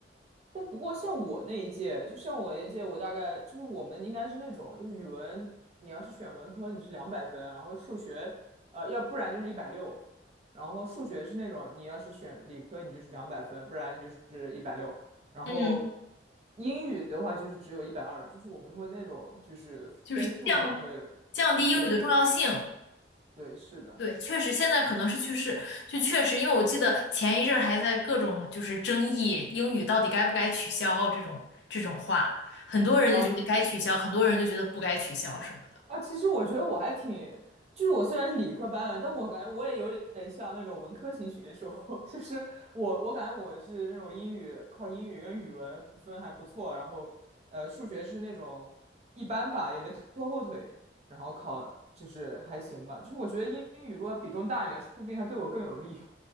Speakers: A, on the right (about 35°); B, on the left (about 70°).
A: 但不过像我那一届，就像我那一届，我大概就是我们应该是那种，就是语文你要是选文科，你是两百分，然后数学，呃，要不然就是一百六，然后数学是那种你要是选理科，你就是两百分，不然就是一百六，然后
B: 嗯。
A: 英语的话就是只有一百二，就是我们会那种就是分数上会有，
B: 就是降降低英语的重要性。
A: 对对对，是的
B: 对，确实现在可能是趋势，就确实，因为我记得前一阵儿还在各种就是争议英语到底该不该取消这种这种话，很多人就觉得该取消，
A: 啊，
B: 很多人就觉得不该取消什么的。
A: 啊，其实我觉得我还挺，就是我虽然是理科班的但我感觉我也有点像那种文科型选手，<laughs> 就是我我感觉我是那种英语靠英语跟语文分还不错，然后呃数学是那种一般吧，也没拖后腿，然后考就是还行吧，就是我觉得英英语如果比重大一点，说不定还对我更有利。<laughs>